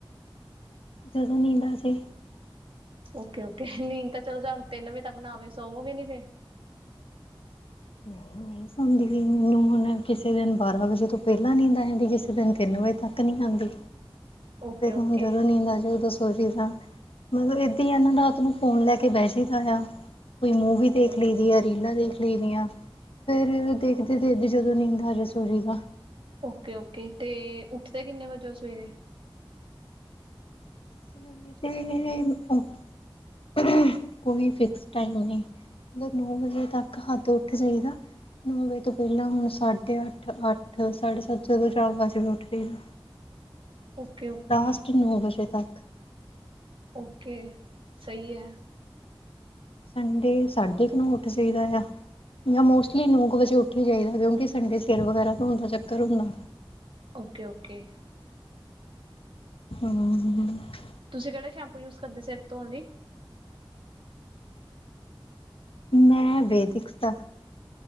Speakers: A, on the left; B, on the right.
A: ਜਦੋਂ ਨਹੀਂਦਾ ਸੀ
B: ਓਕੇ ਓਕੇ ਨੀਂ ਤਾਂ ਚਲ ਜਾਣ ਤਿੰਨ ਵਜੇ ਤੱਕ ਨਾ ਆਵੇ ਸਵੋਗੇ ਨ ਫਿਰ
A: ਨਹੀਂ ਨਹੀਂ ਮੈਨੂੰ ਹੁਣ ਕਿਸੇ ਦਿਨ ਬਾਰਾਂ ਵਜੇ ਤੋਂ ਪਹਿਲਾਂ ਨੀਦੀ ਕਿਸੇ ਦਿਨ ਤਿੰਨ ਵਜੇ ਤੱਕ ਨਹੀਂੀ ਆਉਂਦੀ
B: ਓਕੇ
A: ਫਿਰ
B: ਓਕੇ
A: ਹੁਣ ਜਦੋਂ ਨੀਂ ਆ ਜਾਵੇ ਉਦੋਂ ਸੋਚੀਦਾ ਮਤਲਬ ਏਦਾਂ ਹੀ ਆ ਨਾ ਰਾਤ ਨੂੰ ਫ਼ੋਨ ਲੈ ਕੇ ਬਹਿਠਦਾ ਆ ਕੋਈ ਮੂਵੀ ਦੇਖ ਲਈ ਆ ਰੀਲਾਂ ਦੇਖ ਲਈਆਂ ਫੇਰ ਦੇਖਦੇ ਦੇਖਦੇ ਜਦੋਂ ਨੀਂਦ ਆਜ ਸੋਰੀ ਦਾ
B: ਓਕੇ ਓਕੇ ਅਤੇ ਉੱਠਦੇ ਕਿੰਨੇ ਵਜੇੋਂ ਸਵੇਰੇ
A: ਸਵੇਰੇ ਦੇ ਕੋਈ ਫਿਕਸ ਟਾਈਮ ਨਹੀਂ ਮੋਕ ਨੌ ਵਜੇ ਤੱਕ ਹੱਦ ਉੱਠ ਜਾਈ ਦਾ ਐ। ਨੌ ਵਜੇ ਤੋਂ ਪਹਿਲਾਂ ਹੁਣ ਸਾਢੇ ਅੱਠ, ਅੱਠ, ਸਾਢੇ ਸੱਤ ਜਦੋਂ ਚਾਰ ਵਜੇ ਉੱਠਦੇ ਆ।
B: ਓਕੇ ਓਕੇ
A: ਲਾਸਟ ਨੌ ਵਜੇ ਤੱਕ
B: ਓਕੇ ਸਹੀ ਹੈ।
A: ਸੰਡੇ ਸਾਡੇ ਨੋ ਉੱਠ ਜਾਹੀਦਾ ਐ। ਜਾਂ ਮੋਸਟਲੀ ਨੌ ਕੁ ਵਜੇ ਉੱਠ ਹੀ ਜਾਹੀਦਾ। ਕਿਉ ਕਿ ਸੰਡੇ ਸਿਰ ਵਗੈਰਾ ਧੋਣ ਦਾ ਚੱਕਰ ਹੁੰਦਾ।
B: ਓਕੇ-ਓਕੇ
A: ਹੂੰ
B: ਤੁਸੀਂ ਕਿਹੜਾ ਸ਼ੈਂਪੂ ਯੂਜ ਕਰਦੇ ਸਿਰ ਧੋਣ ਲਈ
A: ਮੈਂ ਵੇਦਿਕਸ ਦਾ।